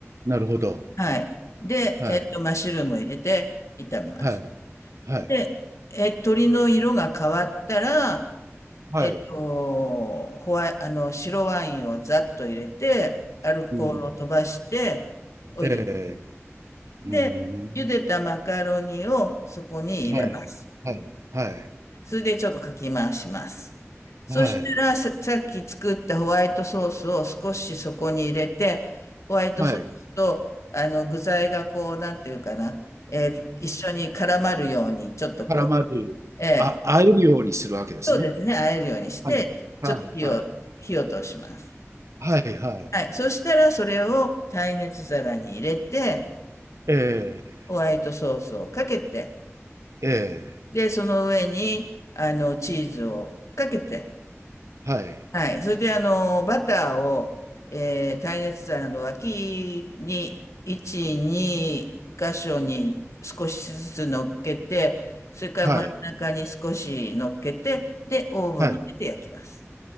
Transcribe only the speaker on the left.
はい。で、
えっと、マッシュルームを入れて炒めます。
で、え、鶏の色が変わったら、
えっと、ホワイ、あの、白ワインをざっと入れて、アルコールを飛ばしてお
で、
茹でたマカロニをそこに入れます。
それでちょっとかき回します。そしたらさ、
さっき作ったホワイトソースを少しそこに入れて、ホワイトソースと、
あの、具材がこう、なんていうかな、えー一緒に絡まるように、ちょっとこ
う、えー
そうですね、和えるようにして、
ちょっと火を、
火を通します。
はい。そしたら、それを耐熱皿に入れて、
ホワイトソースをかけて、
で、その上に、あの、チーズをかけて、
はい。それで、あの、バターを、えー耐熱皿の脇に、1、2箇所に少しずつ乗っけて、それから真ん中に少し乗っけて、
で、オーブンに入れて焼きます。